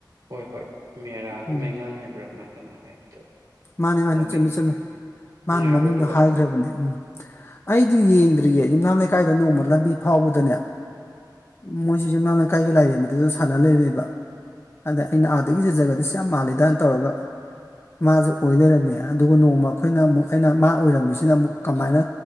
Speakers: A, on the right; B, on the left.
A: ꯍꯣꯏ ꯍꯣꯏ ꯃꯦꯔꯥꯒꯤ
B: ꯎꯝ
A: ꯃꯩꯉꯥꯟ ꯍꯥꯏꯕ꯭ꯔꯥ ꯀꯃꯥꯏ ꯀꯃꯥꯏ ꯍꯥꯏꯒꯨꯝ ꯇꯧꯋꯦ
B: ꯃꯥꯅꯦ ꯃꯥꯅꯦ
A: ꯃꯃꯤꯡ
B: ꯆꯨꯝꯃꯦ ꯆꯨꯝꯃꯦ
A: ꯅꯨꯡꯉꯥꯏꯕ꯭ꯔꯣ
B: ꯃꯥꯅ ꯃꯃꯤꯡꯗꯣ
A: ꯑꯗꯨꯕꯣ
B: ꯍꯥꯏꯒ꯭ꯔꯕꯅꯦ ꯎꯝ ꯑꯩꯗꯤ ꯌꯦꯡꯗ꯭ꯔꯤꯌꯦ ꯌꯨꯝꯅꯥꯝ ꯂꯩꯀꯥꯏꯗ ꯅꯣꯡꯃ ꯂꯝꯕꯤ ꯐꯥꯎꯕꯗꯅꯦ ꯃꯣꯏꯁꯤ ꯌꯨꯝꯅꯥꯝ ꯂꯩꯀꯥꯏꯒꯤ ꯂꯥꯏꯔꯦꯝꯕꯗꯨꯗ ꯁꯥꯟꯅ ꯂꯩꯔꯝꯃꯦꯕ ꯑꯗ ꯑꯩꯅ ꯑꯥꯗꯒꯤꯖꯦ ꯖꯒꯗꯤꯁ ꯌꯥꯝ ꯃꯥꯜꯂꯤꯗꯅ ꯇꯧꯔꯒ ꯃꯥꯁꯦ ꯑꯣꯏ ꯂꯩꯔꯝꯃꯦ ꯑꯗꯨꯒ ꯅꯣꯡꯃ ꯑꯩꯈꯣꯏꯅ ꯑꯃꯨꯛ ꯑꯩꯅ ꯃꯥ ꯑꯣꯏꯔꯝꯃꯤꯁꯤꯅ ꯑꯃꯨꯛ ꯀꯃꯥꯏꯅ